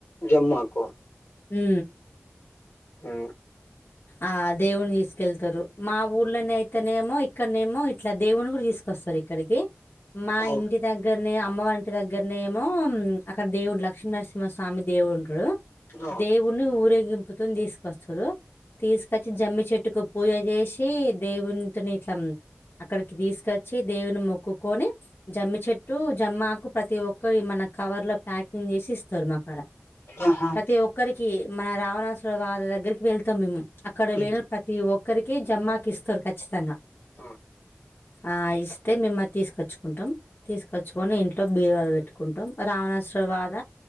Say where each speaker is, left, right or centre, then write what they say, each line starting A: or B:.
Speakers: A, on the left (about 75°); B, on the left (about 55°).
A: జమ్మకు
B: ఉ ఉ
A: ఉ
B: ఆ దేవుని తీసుకెళ్తారు మా ఊర్లోనే అయితేనేమో ఇక్కడనేమో ఇట్లా దేవుని కూడా తీసుకొస్తారు ఇక్కడికి మా
A: ఓ
B: ఇంటి దగ్గరనే అమ్మ ఇంటి దగ్గరనేమో అక్కడ దేవుడు లక్ష్మీనరసింహ స్వామి దేవుడు ఉంటాడు
A: నో
B: దేవుని ఊరేగింపుతోన్ తీసుకొస్తారు తీసుకొచ్చి జమ్మి చెట్టుకు పూజ చేసి దేవునితోనే ఇట్లా అక్కడికి తీసుకచ్చి దేవుని మొక్కుకొని జమ్మి చెట్టు జమ్మాకు ప్రతి ఒక్కరు ఈ మన కవర్ లో ప్యాకింగ్ చేసి ఇస్తారు మాక్కడ
A: ఆహా
B: ప్రతి ఒక్కరికి మన రావణాసురవాద దగ్గరికి వెళ్తాం మేము అక్కడ వేను
A: ఉమ్
B: ప తి ఒక్కరికి జమ్మాకు ఇస్తారు ఖచ్చితంగా
A: ఆ
B: ఆ ఇస్తే మేం అది తీసుకచ్చుకుంటాం తీసుకచ్చుకొని ఇంట్లో బీరువాలో పెట్టుకుంటాం రావణాసురవద